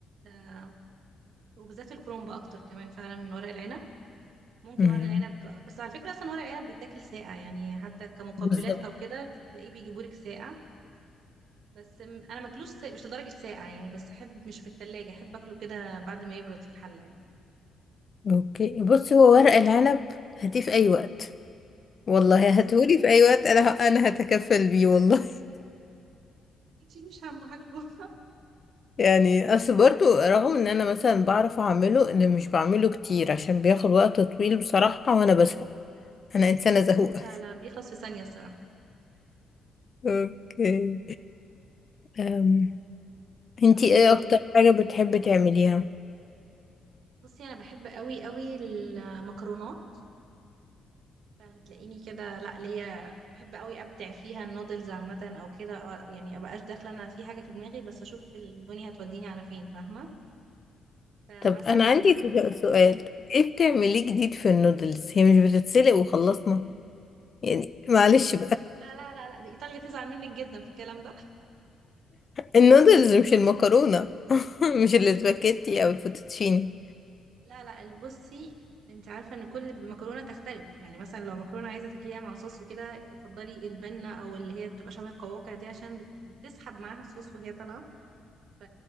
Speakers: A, on the right; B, on the left.
A: آه، وبالذات الكرومب اكتر كمان فعلا من ورق العنب ممكن
B: امم
A: ورق العنب بس على فكره اصلا ورق العنب بيتاكل ساقع يعني حتى كمقبلات
B: بالظبط
A: او كده تلاقيه بيجيبولك ساقع بس م- انا ماكلوش سا... مش لدرجه ساقع يعني بس احب مش في التلاجة احب اكله كده بعد ما يبرد في الحله يعني
B: اوكي بص هو ورق العنب هاتيه في اي وقت والله
A: اه الصراحة
B: هاتهولي في اي وقت انا انا هتكفل بيه والله <laughs>
A: ما تشيلوش هم هاكله
B: يعني اصل برضو رغم ان انا مثلا بعرف اعمله اللي مش بعمله كتير عشان بياخد وقت طويل بصراحة وانا بزهق انا
A: <laughs>
B: انسانة
A: مجهود
B: زهوقة
A: على بيخلص في ثانيه الصراحه
B: <laughs> اوكي أم. انتي
A: طب و...
B: ايه اكتر حاجة بتحبي
A: م.
B: تعمليها
A: بصي انا بحب قوي قوي المكرونات فهتلاقيني كده لا ليا بحب قوي ابدع فيها النودلز عامه او كده آه، يعني ابقاش داخله انا في حاجه في دماغي بس اشوف الدنيا هتوديني على فين فاهمه فمثلا
B: طب انا عندي س- سؤال
A: ايه
B: ايه بتعمليه جديد في النودلز هي مش بتتسلق وخلصنا يعني معلش
A: لا لا لا لا دي ايطاليا تزعل منك جدا في الكلام ده
B: النودلز مش المكرونة <laughs> مش الاسباجيتي او الفوتوتشيني
A: لا لا بصي انت عارفه ان كل مكرونه تختلف يعني مثلا لو مكرونه عايزه تاكليها مع صوص وكده تفضلي البنه او اللي هي بتبقى شبه القواقع دي عشان بت- بتسحب معاها الصوص وهي طالعه ف